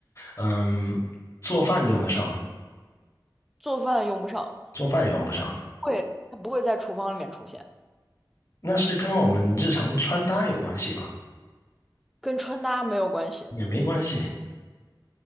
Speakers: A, on the left; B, in the centre.
A: 嗯，做饭用得上吗？
B: 做饭用不上，
A: 做饭也用不上，
B: 会，它不会在厨房里面出现，
A: 那是跟我们日常穿搭有关系吗？
B: 跟穿搭没有关系，
A: 也没关系，